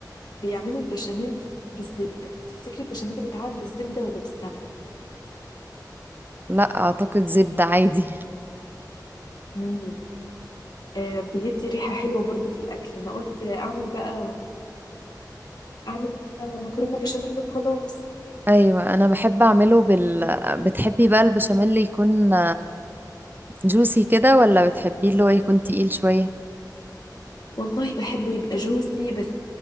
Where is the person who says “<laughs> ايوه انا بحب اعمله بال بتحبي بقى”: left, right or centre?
Right